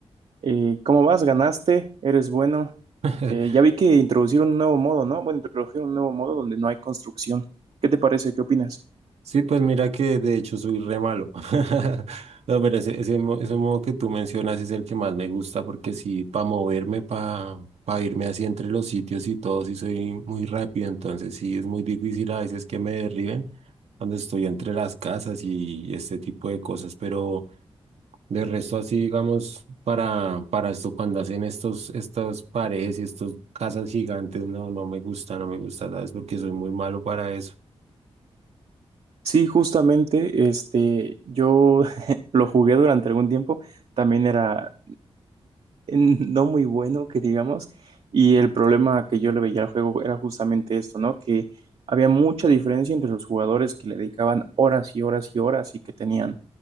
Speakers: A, on the right (about 65°); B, on the right (about 85°).
A: Eh, ¿cómo vas? ¿Ganaste? ¿Eres bueno?
B: <laughs>
A: Eh, ya vi que introducieron un nuevo modo, ¿no? Bueno, introdujeron un nuevo modo donde no hay construcción. ¿Qué te parece? ¿Qué opinas?
B: Sí, pues mira que de hecho soy re malo. <laughs> No, pero ese, ese, mo- ese modo que tú mencionas es el que más me gusta porque sí, para moverme, para irme así entre los sitios y todo, sí soy muy rápido. Entonces sí, es muy difícil a veces que me derriben cuando estoy entre las casas y este tipo de cosas. Pero de resto así, digamos, para, para esto, cuando hacen estos, estas paredes y estas casas gigantes, no, no me gusta, no me gusta, ¿sabes? Porque soy muy malo para eso.
A: Sí, justamente, este, yo <laughs> lo jugué durante algún tiempo. También era no muy bueno, que digamos, y el problema que yo le veía al juego era justamente esto, ¿no? Que había mucha diferencia entre los jugadores que le dedicaban horas y horas y horas y que tenían